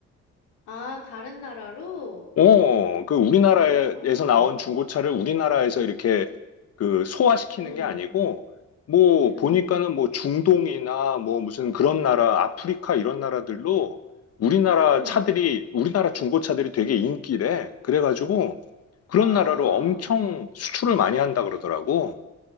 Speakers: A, on the left; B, on the left.
A: 아, 다른 나라로?
B: 어, 그 우리나라에서
A: 오.
B: 나온 중고차를 우리나라에서 이렇게 그 소화시키는
A: 응,
B: 게 아니고, 뭐,
A: 응,
B: 보니까는
A: 응,
B: 뭐 중동이나 뭐 무슨 그런 나라, 아프리카 이런 나라들로 우리나라
A: 응.
B: 차들이, 우리나라 중고차들이 되게 인기래. 그래가지고 그런
A: 아,
B: 나라로 엄청 수출을 많이 한다 그러더라고.